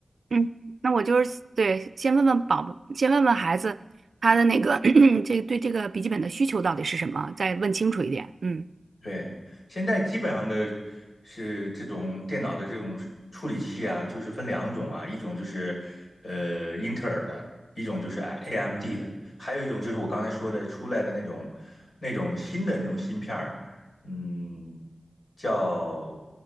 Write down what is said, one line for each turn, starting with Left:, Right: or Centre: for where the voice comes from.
Right: 嗯，那我就是对，先问问宝宝，先问问孩子他的那个 <clears throat> 这个对这个笔记本的需求到底是什么，再问清楚一点。嗯
Left: 对，现在基本上的是这种电脑的这种处理器啊，就是分两种啊，一种就是呃英特尔的，一种就是 AMD 的，还有一种就是我刚才说的出来的那种那种新的那种芯片儿，嗯，叫